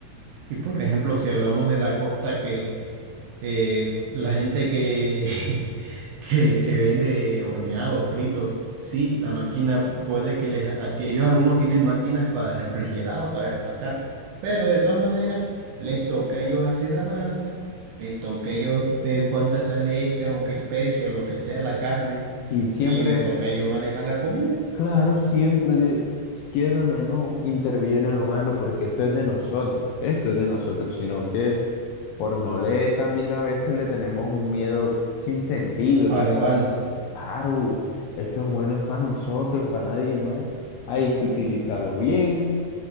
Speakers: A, on the right; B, on the left.
A: Y por ejemplo, si hablamos de la costa que eh, la gente que, <laughs> que, que vende horneados, fritos, sí, la máquina puede que les... a ti- Ellos algunos tienen máquinas para refrigerado, para empacar, pero de todas maneras les toca a ellos hacer la masa, les toca a ellos ver cuánta sal le echan o qué especie o lo que sea la carne,
B: Y siempre,
A: y les toca a ellos manejar la comida
B: claro, siempre, de- quieran o no, interviene el humano porque esto es de nosotros, esto es de nosotros, sino que por no leer también a veces le tenemos un miedo sin sentido,
A: al avance,
B: Claro, esto es bueno para nosotros, para nadie más. Hay que utilizarlo bien.